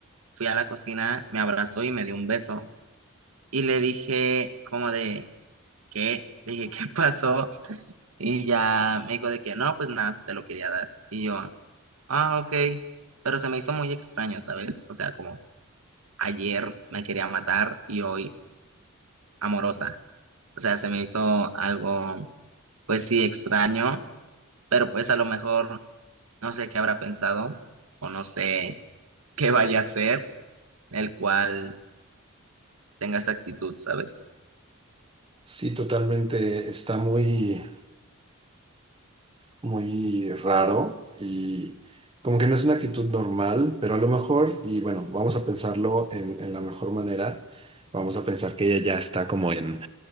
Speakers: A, on the right (about 85°); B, on the right (about 25°).
A: fui a la cocina, me abrazó y me dio un beso. Y le dije como de, ¿qué? Le dije, ¿qué <laughs> pasó? Y ya me dijo de que no, pues nada, te lo quería dar. Y yo, ah, ok. Pero se me hizo muy extraño, ¿sabes? O sea, como ayer me quería matar y hoy amorosa. O sea, se me hizo algo, pues sí, extraño. pero pues a lo mejor no sé qué habrá pensado o no sé <laughs> qué vaya a ser el cual tenga esa actitud, ¿sabes?
B: Sí, totalmente. Está muy, muy raro y como que no es una actitud normal, pero a lo mejor, y bueno, vamos a pensarlo en, en la mejor manera. Vamos a pensar que ella ya está como en,